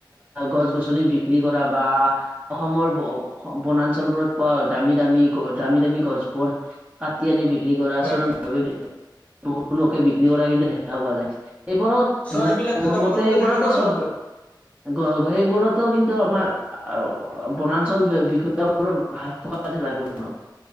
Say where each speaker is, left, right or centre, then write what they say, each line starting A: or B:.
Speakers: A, on the right; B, on the left.
A: গছ গছনি বিক্ৰী কৰা বা অসমৰ বনাঞ্চলবোৰত পোৱা দামী দামী দামী দামী গছবোৰ কাটি আনি বিক্ৰী কৰা
B: হয়।
A: চোৰাংভাৱে বিক্ৰী বহুলোকে বিক্ৰী কৰা কিন্তু দেখা পোৱা যায়। এইবোৰত
B: চ' এইবিলাকতো
A: মোৰ
B: জংঘলতে
A: মতে সেইবোৰতো
B: থাকে ন গছবোৰ
A: চৰকাৰ সেইবোৰতো কিন্তু আমাৰ বনাঞ্চল বিষয়াসকলক হাত থকা যেন লাগে মানুহবোৰ।